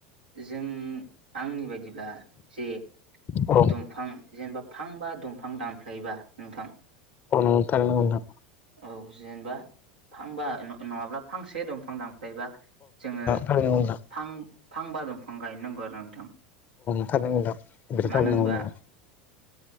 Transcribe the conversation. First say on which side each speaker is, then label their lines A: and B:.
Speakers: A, on the right; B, on the left.
A: जों आंनि बायदिब्ला जे
B: औ
A: दंफां जेनेबा फांबा दंफां दानफ्लायोबा नोंथां
B: अ नंगौ थारैनो नंगौ नोंथां।
A: औ जेनेबा फांबा नङाब्ला फांसे दंफां दा बिलायबा जोङो
B: थारैनो नंगौ
A: फां फांबा दंफां गायनो नांगौ आरो नोंथां।
B: <unintelligible>
A: मानो होनबा